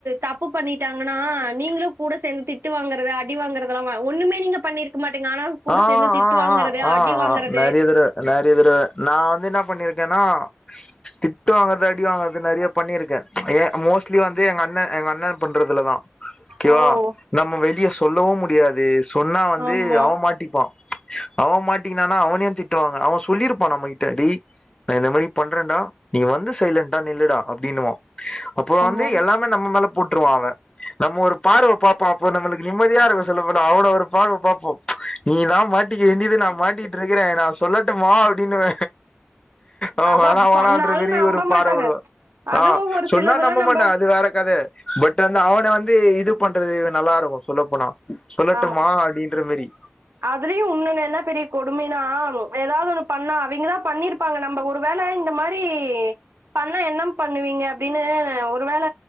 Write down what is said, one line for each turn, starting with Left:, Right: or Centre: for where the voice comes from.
Right: தப்பு பண்ணிட்டாங்கன்னா நீங்களு கூட சேந்து திட்டு வாங்கறது அடி வாங்கறதெல்லா ஒண்ணுமே நீங்க பண்ணிருக்க மாட்டீங்க ஆனா கூட
Left: ஆ
Right: சேந்து
Left: ஆ
Right: திட்டு
Left: ஆ
Right: வாங்கறது
Left: ஆ ஆ
Right: அடி வாங்கறது
Left: நெறையா தடவ நெறைய தடவ நா வந்து என்ன பண்ணியிருக்கேன்னா திட்டு வாங்கறது அடி வாங்கறது நெறய பண்ணியிருக்கே ஏ மோஸ்ட்லி வந்து எங்க அண்ண எங்க அண்ண பண்றதுலதா ஓகேவா
Right: ஓ
Left: நம்ம வெளிய சொல்லவும் முடியாது சொன்னா வந்து
Right: ஆமா
Left: அவ மாட் ட்டிப்பா அவ மாட்டிக்கினாங்கனா அவனையு திட்டுவாங்க அவ சொல்லிருப்பா நம்மக்கிட்ட டேய் நா இந்த மாரி பண்றேன்டா நீ வந்து சைலன்டா நில்லுடா அப்டின்னுவா அப்புறோ
Right: ஆமா
Left: வந்து எல்லாமே நம்ம மேல போட்டுருவா அவ நம்ம ஒரு பார்வ பாப்பா அப்ப நம்மளுக்கு நிம்மதியா இருக் சொல்ல போனா அவன ஒரு பார்வ பாப்போ நீ தா மாட்டிக்க வேண்டியது நா மாட்டிட்டு இருக்கிற நா சொல்லட்டுமா அப்டின்னுவ அவ
Right: அதா
Left: வேணா வேணா
Right: சொன்னாலு
Left: என்ற மேரி
Right: நம்ப
Left: ஒரு பார்வ
Right: மாட்டாங்க
Left: வரு
Right: அதுவு
Left: ஆ
Right: ஒரு
Left: சொன்னா
Right: சிலதெல்லா
Left: நம்பமாட்டா
Right: நம்ப
Left: அது வேற கத பட் வந்து அவன வந்து இது பண்றது நல்லா இருக்கு சொல்லப்போனா சொல்லட்டுமா
Right: ஆமா
Left: அப்டின்ற மேரி
Right: அதுலயு இன்னொன்னு என்ன பெரிய கொடுமைனா ஏதாவது ஒண்ணு பண்ணா அவிங்கதா பண்ணிருப்பாங்க நம்ப ஒரு வேள இந்த மாரி பண்ணா என்ன பண்ணுவீங்க அப்டின்னு ஒருவேள